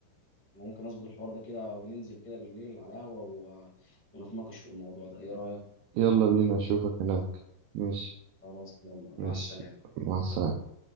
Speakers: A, on the left (about 15°); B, on the right (about 75°).
A: انا ممكن اظبط الحوار ده كده وننزل كده بالليل على قهوه و... ونتناقش في الموضوع ده ايه رايك
B: يلا بينا اشوفك هناك ماشي
A: خلاص يلا
B: ماشي
A: مع السلامه
B: مع السلامة